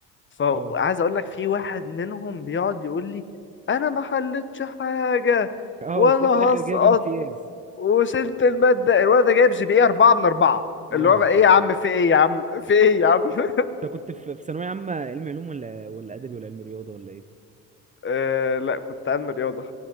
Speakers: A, on the left; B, on the right.
A: فعايز
B: اه
A: اقول لك في واحد منهم بيقعد يقول لي انا ما حلتش حاجه
B: اه
A: وانا
B: وتلاقيه
A: هسقط
B: في الاخر جايب امتياز
A: وشلت الماده الولد ده جايب جي بي اي 4 من 4
B: يا
A: اللي
B: نهار
A: هو بقى ايه
B: اسود
A: يا عم في ايه يا عم في ايه يا عم <laughs>
B: انت كنت في في ثانويه عامه علم علوم ولا ولا ادبي ولا علم رياضه ولا ايه
A: آه لا كنت علم رياضه